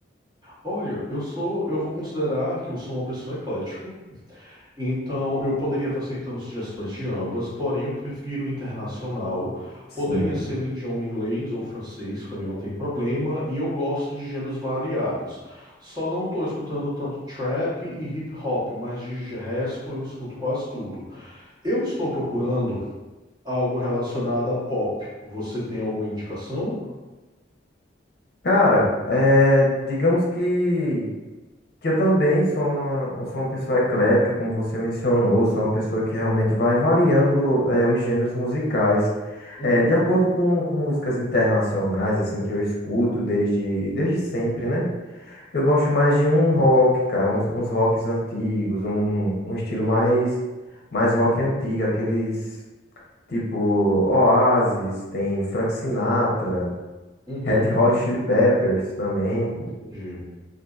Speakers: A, on the right; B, on the left.
A: Olha, eu sou, eu vou considerar que eu sou uma pessoa eclética. Então, eu poderia estar aceitando sugestões de ambas, porém eu prefiro internacional.
B: Sim.
A: Poderia ser no idioma inglês ou francês, para mim não tem problema, e eu gosto de gêneros variados. Só não estou escutando tanto trap e hip hop, mas de ge- resto eu escuto quase tudo. Eu estou procurando algo relacionado a pop. Você tem alguma indicação?
B: Cara, é, digamos que Que eu também sou uma, sou uma pessoa eclética, como você mencionou, sou uma pessoa que realmente vai variando, eh, os gêneros musicais.
A: Uhum,
B: Eh, de acordo com, com músicas internacionais, assim, que eu escuto desde, desde sempre, né? Eu gosto mais de um rock, cara, uns, uns rocks antigos, um, um estilo mais, mais
A: uhum,
B: rock antigo, aqueles tipo Oasis, tem Frank Sinatra,
A: uhum,
B: Red Hot Chili Peppers também.
A: entendi.